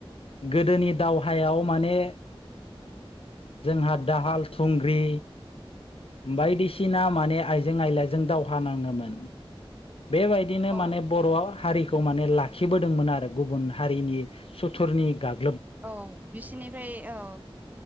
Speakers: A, on the left (about 70°); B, on the right (about 15°).
A: गोदोनि दावहायाव माने जोंहा दाहाल थुंग्रि बायदिसिना माने आइजें आइलाजों दावहा नाङोमोन। बेबायदिनो
B: औ
A: माने बर' हारिखौ खौ माने लाखिबोदोंमोन आरो गुबुन हारिनि सुथुरनि गाब
B: औ बिसिनिफ्राय औ